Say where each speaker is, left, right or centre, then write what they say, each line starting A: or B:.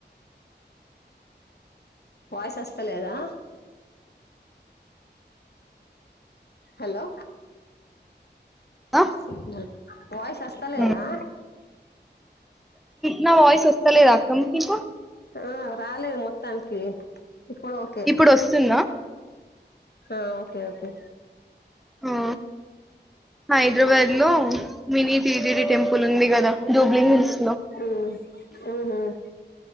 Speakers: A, on the left; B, in the centre.
A: వాయిస్ వస్తలేదా హలో
B: ఆ
A: సిగ్నల్ వాయిస్ వస్తలేదా
B: ఆ నా వయిస్ వస్తలేద మీకు
A: ఆ రాలేదు మొత్తానికి ఇప్పుడు ఓకే
B: ఇప్పుడు వస్తుందా
A: ఆ ఓకే ఓకే
B: ఆ హైదరాబాద్ లో మినీ టీటిడి టెంపుల్ ఉంది కదా డూబ్లిహిల్స్
A: ఉమ్ ఆ ఆ